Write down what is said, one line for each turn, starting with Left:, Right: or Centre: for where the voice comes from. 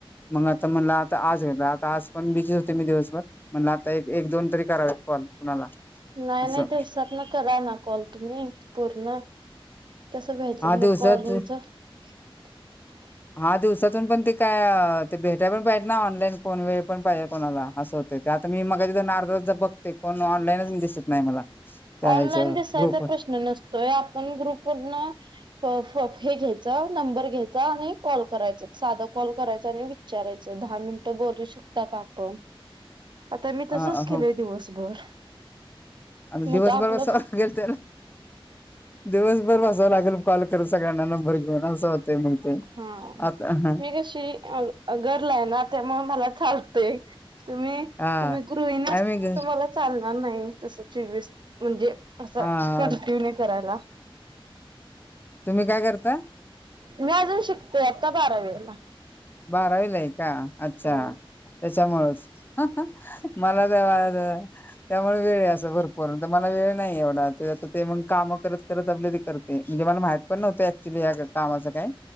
Left: मग आता म्हणला. आ आज गे आता आज पण बिझीच होते मी दिवसभर म्हणलं आता एक एक दोन तरी करावे कॉल कुणाला.
Right: नाही
Left: असं
Right: नाही दिवसात ना करा ना कॉल तुम्ही पूर्ण. कसं घ्यायचं
Left: हा
Right: मग
Left: दिवसात.
Right: कॉलिंगच <inaudible>
Left: हा दिवसातून पण ते काय ते भेटाय पण पाहिजे ना ऑनलाईन कोण वेळ पण पाहिजे कोणाला असं होत. ते आता मी मगा जिथ नार्द बघते कोण ऑनलाईनच मी दिसत नाही मला. त्या
Right: ऑनलाईन
Left: ह्याच्यावर
Right: दिसायचा
Left: ग्रुपवर
Right: प्रश्न नसतोय आपण ग्रुपवरन. फ हे घ्यायचा नंबर घ्यायचा आणि कॉल करायचा साधं कॉल करायचा आणि विच विचारायचं दहा मिनिटं बोलू शकता का आपण. आता मी तसच
Left: अ
Right: केलय
Left: हो
Right: दिवसभर.
Left: अ
Right: मग
Left: दिवस
Right: आपलं
Left: बसाव लागतय ना. दिवसभर बसावं लागेल कॉल कर सगळ्यांना नंबर घेऊन असं होते मग ते.
Right: हा
Left: आता हा
Right: मी कशी गर्ल ना त्यामुळे मला चालतय. तुम्ही
Left: हा
Right: तुम्ही गृहिणी
Left: नाही
Right: असल्यामुळे
Left: मी
Right: तम्हाला चालणार नाही तस म्हणजे. असं
Left: हा
Right: कॅन्टीनिव करायला.
Left: तुम्ही काय करताय?
Right: मी अजून शिकतेय आता बारावीला.
Left: बारावीला आहे का अच्छा
Right: हो
Left: त्याच्यामूळचं. मला काय वाळद. त्यामुळे वेळ असं भरपूर मला वेळ नाही एवढा ते आ ते मग काम करत करत आपली ते करते म्हणजे मला माहित. पण नव्हत ऍक्चुली अग कामाचं काही.